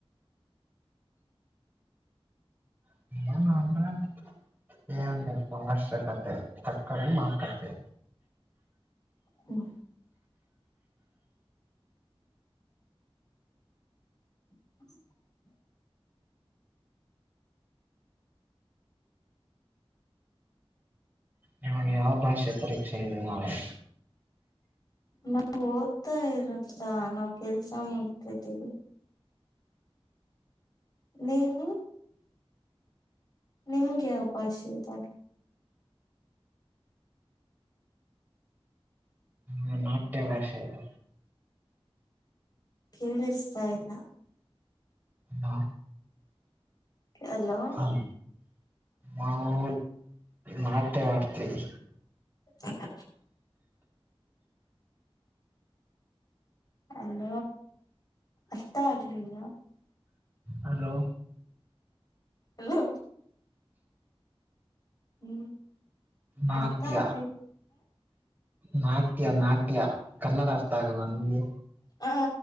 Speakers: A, on the right; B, on the left.
A: <unintelligible> ಏ ಅವಶಕತೆ ತಕ್ಕಳ ಮಾಡಕತೆೆ
B: ಹಾಞ <inaudible>
A: ನಿಮ್ಗ್ ಯಾವ ಭಾಷೆ ಪರೀಕ್ಷೆ ಇದೆ ನಾಳೆ?
B: ನಾವು ಓದ್ತಾ ಇರದಾ ನಾವು ಕೆಲ್ಸ ಮಾಡತಿದ್ದೀವಿ ನೀವು ನಿಮ್ಗೆ ಯಾವ್ಭಾಷೆ ಇದೆ?
A: ಹ ನಾಟ್ಯ ಭಾಷೆ ಇದೆ
B: ಕೇಳಿಸ್ತಾ ಇಲ್ಲ
A: ಹ
B: ಹಲೋ-
A: ಹ ನಾವು ನಾಟ್ಯ ಆಡ್ತೀವಿ
B: - <inaudible> ಅಲ್ಲ ಅರ್ಥ ಆಗ್ಲಿಲ್ಲ
A: ಹಲೋ-
B: ಹಲೋ. ಹ್ಮ್
A: ನಾಟ್ಯ.
B: ಅರ್ಥ ಆಗ್ಲಿಲ್ಲ
A: ನಾಟ್ಯ ನಾಟ್ಯ ಕನ್ನಡ ಅರ್ಥ ಆಗಲ್ವಾ ನಿಮಗೆ.
B: ಹ